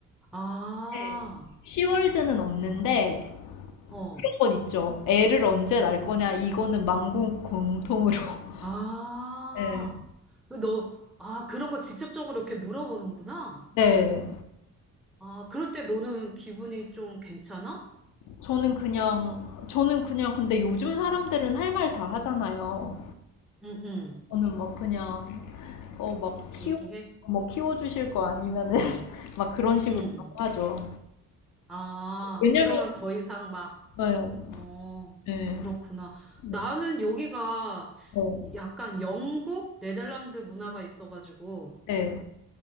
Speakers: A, in the centre; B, on the left (about 85°).
A: 아,
B: 네. 시월드는 없는데
A: 어.
B: 그런 건 있죠. 애를 언제 낳을 거냐 이거는 만국 공통으로. <laughs>
A: 아,
B: 네.
A: 그 너, 아, 그런 거 직접적으로 이렇게 물어보는구나.
B: 네.
A: 아, 그럴 때 너는 기분이 좀 괜찮아?
B: 저는 그냥 저는 그냥 근데 요즘 사람들은 할 말 다 하잖아요.
A: 응, 응.
B: 저는 막 그냥 어 막 키워
A: 얘기해?
B: 뭐 키워 주실 거 아니면은 <laughs> 막 그런 식으로
A: 응.
B: 하죠.
A: 아,
B: 왜냐면
A: 그러면 더 이상 막,
B: 네.
A: 어,
B: 네.
A: 그렇구나.
B: 네.
A: 나는 여기가
B: 어.
A: 약간 영국, 네덜란드 문화가 있어가지고,
B: 네.